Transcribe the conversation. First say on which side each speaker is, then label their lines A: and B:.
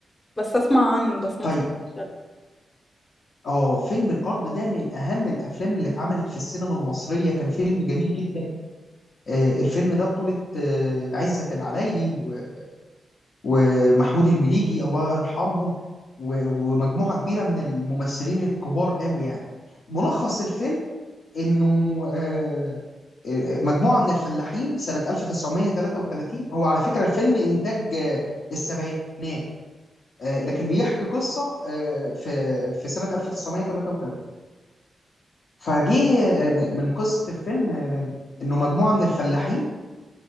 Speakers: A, on the left; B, on the left.
A: بس اسمع عنه بس ما
B: طيب
A: اتفرجتش عليه
B: اه فيلم الارض ده من اهم الافلام اللي اتعملت في السينما المصريه كان فيلم جميل جدا آه، الفيلم ده بطوله آه، عزت العلايلي و- ومحمود المليجي الله يرحمهم و- ومجموعه كبيره من الممثلين الكبار قوي يعني ملخص الفيلم انه آه، آه، مجموعه من الفلاحين سنه 1933 هو على فكره الفيلم انتاج آه، السبعينات آه، لكن بيحكي قصه آه، في في سنه 1933 فجه آه، م- من قصه الفيلم آه، انه مجموعه من الفلاحين